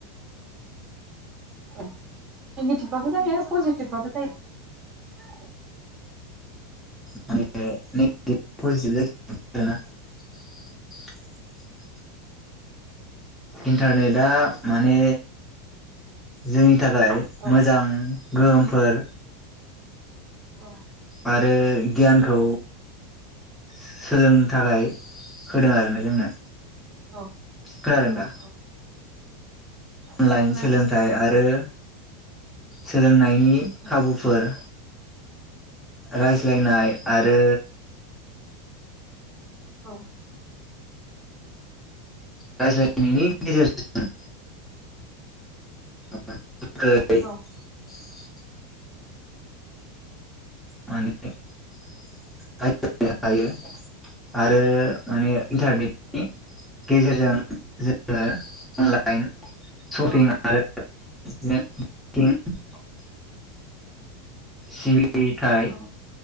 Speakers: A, on the right; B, in the centre.
A: अह नेगेटिबबाबो जायो पजिटिभ थिभबाबो जायो।
B: <unintelligible> आरोना। इन्टारनेटआ माने जोंनि थाखाय
A: औ
B: मोजां गोहोमफोर
A: अह।
B: आरो गियानखौ सोलोंनो थाखाय होदों आरो ना जोंनो।
A: औ
B: खोनादों
A: औ
B: दा
A: औ।
B: अनलाइन
A: औ खोनादों
B: सोलोंथाइ आरो सोलोंनायनि
A: औ
B: खाबुफोर। रायज्लायनाय
A: औ
B: आरो
A: औ।
B: रायज्लायनायनि गेजेरजों <unintelligible> <unintelligible>
A: औ
B: माने <unintelligible> हायो आरो माने इन्टारनेटनि गेजेरजों जोङो अनलाइन सपिं
A: औ
B: आरो बिदिनो <unintelligible> सिरि थाइ
A: औ